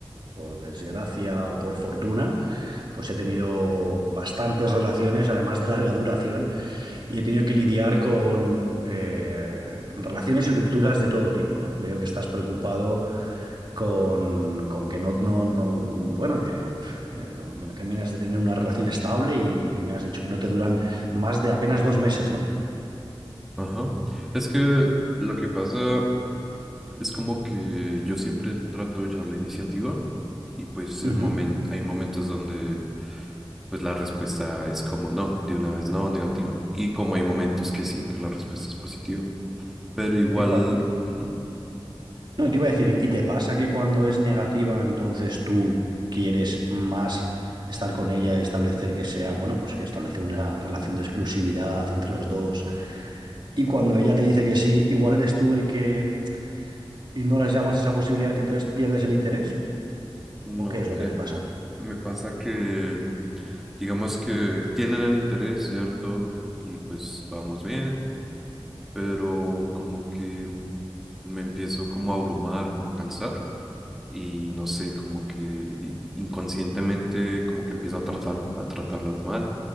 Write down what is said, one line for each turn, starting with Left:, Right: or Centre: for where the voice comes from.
Right: por desgracia o por fortuna, pues he tenido bastantes relaciones, además de larga duración, Y he tenido que lidiar con eh, relaciones y rupturas de todo tipo, ¿no? Veo que estás preocupado con, con que no, no, no- bueno, que eh, no, no terminas de tener una relación estable y, y me has dicho que no te duran más de apenas dos meses, ¿no?
Centre: Ajá. Es que lo que pasa Es como que yo siempre trato de llevar la iniciativa y pues
Right: Ujú.
Centre: en momen- hay momentos donde pues la respuesta es como no, de una vez no, negativa. Y como hay momentos que sí, que la respuesta es positiva. Pero igual,
Right: Y cua-
Centre: ujú,
Right: No, te iba a decir, ¿y te pasa que cuando es negativa, entonces tú quieres más estar con ella establecer que sea, bueno, pues que establecer una relación de exclusividad entre los dos Y cuando ella te dice que sí, igual eres tú el que ignoras ya más esa posibilidad y entonces pierdes el interés.
Centre: no,
Right: ¿O qué es lo
Centre: eh,
Right: que te pasa?
Centre: me pasa que digamos que tienen el interés, ¿cierto? Y pues vamos bien, pero como que me empiezo como a abrumar, como a cansar. y no sé, como que in- inconscientemente como que empiezo a tratar, a tratarlas mal,